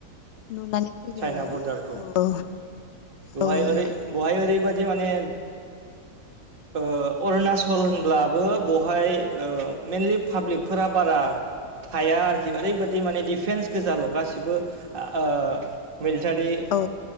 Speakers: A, on the left; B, on the right.
A: नुनानै फैबाय
B: चाइना
A: आरोना
B: बरडारखौ
A: औ औ
B: बेवहाय
A: औ नोंथां
B: ओरै बेहाय ओरैबादि माने ओ अरुणाचल होनब्लाबो बेवहाय ओ मइेनलि पाब्लिकफोरा बारा थाया आरोखि ओरैबायदि माने दि दिफेन्स गोजाल' गासिबो ओ मिलिटारि
A: औ